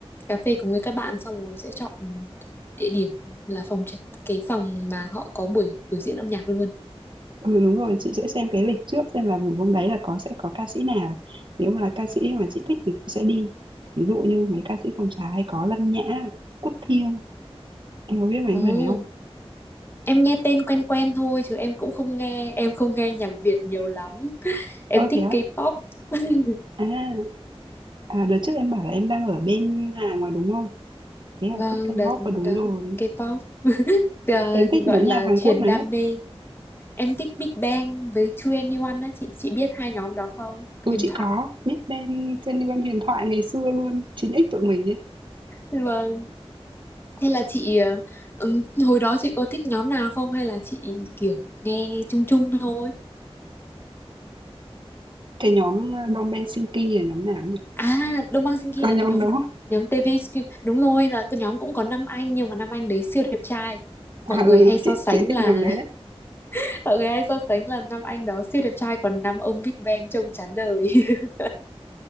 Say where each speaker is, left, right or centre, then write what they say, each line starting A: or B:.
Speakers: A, on the left (about 20°); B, on the right (about 50°).
A: cà phê cùng với các bạn xong rồi sẽ chọn địa điểm là phòng trạch- cái phòng mà họ có buổi biểu diễn âm nhạc luôn.
B: Ừ, đúng rồi, chị sẽ xem cái lịch trước xem là buổi hôm đấy là có sẽ có ca sĩ nào. Nếu mà là ca sĩ mà chị thích thì chị sẽ đi. Ví dụ như mấy ca sĩ phòng trà hay có Lân Nhã, Quốc Thiêng, em có biết mấy
A: Ồ,
B: người đấy không?
A: em nghe tên quen quen thôi chứ em cũng không nghe, em không nghe nhạc Việt nhiều lắm. Em
B: Ơ
A: thích
B: thế á?
A: K-pop. <laughs>
B: À, à đợt trước em bảo là em đang ở bên Hàn mà đúng không? Thế là
A: Vâng,
B: thích K-pop
A: đợt
B: và đúng
A: đó
B: rồi.
A: K-pop Ờ,
B: Thế em thích
A: thì gọi
B: nhóm
A: là
B: nhạc Hàn
A: truyền
B: Quốc nào
A: đam
B: nhất?
A: mê. Em thích Big Bang với 2NE1 á chị, chị biết hai nhóm đó không?
B: Ừ
A: Huyền
B: chị
A: thoại.
B: có, Big Bang trên Liên Hoan Huyền Thoại ngày xưa luôn, 9X tụi mình ấy.
A: Vâng. Thế là chị ờ, ừm, hồi đó chị có thích nhóm nào không hay là chị kiểu nghe chung chung thôi?
B: Cái nhóm uh, Đông Bang Sinki là nhóm nào nhỉ?
A: À, Đông Bang Sinki
B: Có nhóm
A: là cái nhóm
B: đúng không?
A: nhóm TVXQ. Đúng rồi là cái nhóm cũng có năm anh nhưng mà năm anh đấy siêu đẹp trai.
B: À
A: Mọi người
B: ừ,
A: hay so
B: chị
A: sánh
B: chị thích
A: là
B: nhóm đấy
A: <laughs> mọi người hay so sánh là năm anh đó siêu đẹp trai còn năm ông Big Bang trông chán đời. <laughs>